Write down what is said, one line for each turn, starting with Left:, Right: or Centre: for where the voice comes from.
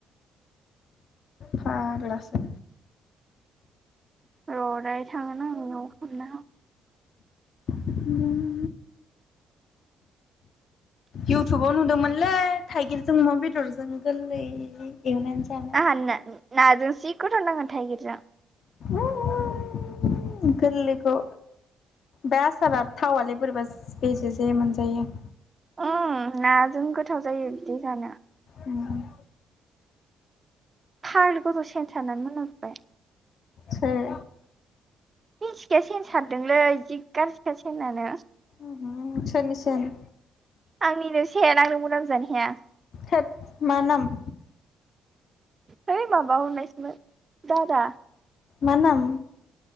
Left: फाग्लासो
Right: र' दायो थांगोन आं नोंनाव हरना
Left: <inaudible> इउटुबाव नुदोंमोनलै थाइगिरजों अमा बेदरजों गोरलै एवनानै जा
Right: फाननो नाजों जि गोथाव नाङो थाइगिरजों
Left: ओउउउउउ गोरलैखौ बे आसारा थावालै बोरैबा बेसेे जे मोनजायो
Right: ओम नाजों गोथाव जायो बिदि जानो
Left: ओम
Right: फाग्लि गथ' सेन सारनानै मोनामजोबबाय
Left: सोर
Right: मिथिखाया सेन सारदोंलै जि गाज्रिखा सेनानो
Left: ओमहु सोरनि सेन
Right: आंनिनो सेन आंनो मोनामजानो हाया
Left: थोथ मा नाम
Right: है माबा हरनायसोमोन दादा
Left: मा नाम